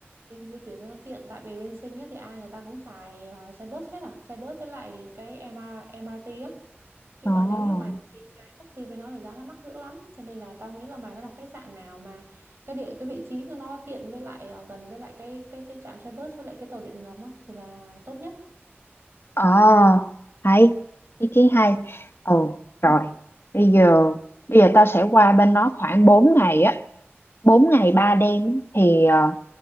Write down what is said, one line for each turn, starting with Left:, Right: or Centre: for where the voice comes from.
Right: đi di chuyển cho nó tiện tại vì bên Sinh nhất thì ai người ta cũng xài ờ, xe bus hết à xe bus với lại cái MR, MRT á chứ
Left: ồ
Right: còn nếu như mày đi cái taxi bên đó thì giá nó mắc dữ lắm cho nên là tao nghĩ là mày có đặt khách sạn nào mà cái địa cái vị trí của nó tiện với lại ờ, gần với lại cái cái cái trạm xe bus với lại cái tàu điện ngầm á thì là tốt nhất
Left: ồ hay ý kiến hay ồ
Right: Ừ.
Left: rồi bây giờ bây giờ tao sẽ qua bên đó khoảng 4 ngày á 4 ngày 3 đêm á. thì ờ,